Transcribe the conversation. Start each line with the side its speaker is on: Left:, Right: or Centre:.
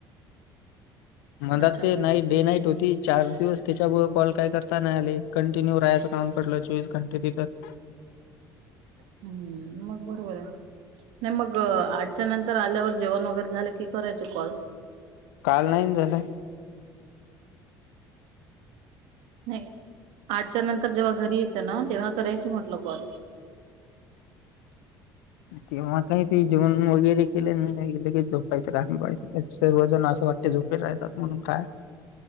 Left: मला
Right: अच्छा
Left: ते नाईट डे नाईट होती चार दिवस त्याच्यामुळे कॉल काय करता नाही आले कंटिन्यू राहायचं काम पडलं चोवीस कंटी तिथच
Right: हम्म मग बरोबरय. नाही मग आठच्या नंतर आल्यावर जेवण वगैरे झालं की करायचे कॉल
Left: काल नाही ना झाले.
Right: नाही आठच्या नंतर जेव्हा घरी तना तेव्हा करायचे म्हटलं कॉल
Left: तेव्हा काय ते जेवन वगैरे केल नाही लगेच झोपायचं काम पडीत सर्वजण असं वाटते झोपे राहतात म्हणून काय <inaudible>